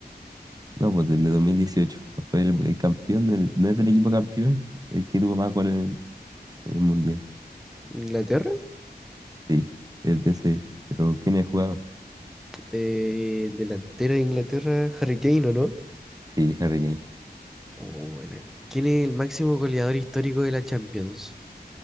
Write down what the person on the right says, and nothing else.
No, pues del de 2018, No fue el, el campeón, del- no es del equipo campeón, el que tuvo más goles en, en el Mundial.
Sí, es de ese. Pero ¿quién es el jugador?
Sí, Harry Kane.